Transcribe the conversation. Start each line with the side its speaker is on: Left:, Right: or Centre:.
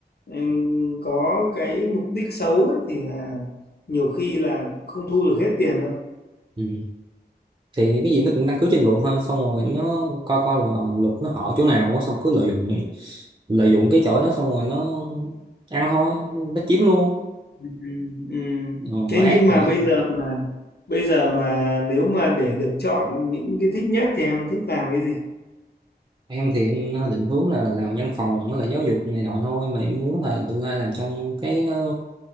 Left: ừm, có cái mục đích xấu ấy, thì là nhiều khi là không thu được hết tiền đâu
Right: ừ. thì cái gì nó cũng căn cứ trên luật thôi xong rồi nó coi coi là luật nó hở chỗ nào á, xong cứ lợi dụng lợi dụng cái chỗ đó xong rồi nó ăn thôi nó chiếm luôn
Left: ừ, ừ.
Right: Ờ, mà
Left: thế
Right: ác
Left: nhưng mà
Right: vậy
Left: bây giờ mà bây giờ mà nếu mà để được chọn những cái thích nhất thì em thích làm cái gì
Right: em thì em ờ, định hướng là làm văn phòng với lại giáo dục này nọ thôi mà em muốn là tương lai làm trong cái ờ,